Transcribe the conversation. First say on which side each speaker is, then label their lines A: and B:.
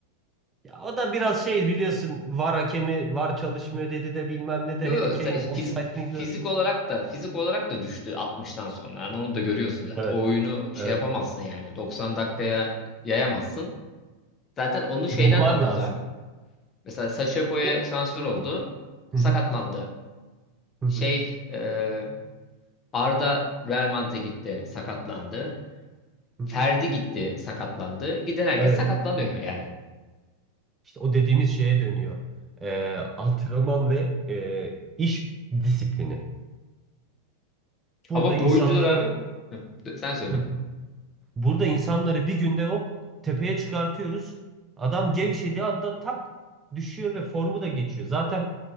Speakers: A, on the right; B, on the left.
A: Ya o da biraz şey biliyorsun VAR hakemi VAR çalışmıyor dedi de bilmem ne de
B: Yo yo
A: Harry Kane
B: sen fiz-
A: offside
B: fizik
A: miydi?
B: olarak da fizik olarak da düştü 60'tan sonra. Yani onu da görüyorsun zaten.
A: Evet,
B: O oyunu şey
A: evet.
B: yapamazsın yani. 90 dakikaya yayamazsın. Zaten onu şeyden
A: Bulman
B: de anlıyoruz
A: lazım.
B: abi. Mesela Sacha Boey'e
A: O...
B: transfer oldu.
A: Hı
B: Sakatlandı.
A: hı, hı
B: Şey
A: hı,
B: e, Arda Real Madrid'e gitti. Sakatlandı.
A: hı
B: Ferdi
A: hı.
B: gitti. Sakatlandı. Giden herkes
A: Evet.
B: sakatlanıyor
A: evet.
B: yani.
A: İşte o dediğimiz şeye dönüyor. Ee, antrenman ve e, iş disiplini. Burada
B: Ama
A: insanları
B: bu oyuncular abi Hı, sen söyle.
A: Hı. Burada insanları bir günde hop tepeye çıkartıyoruz. Adam gevşediği anda tak düşüyor ve formu da geçiyor. Zaten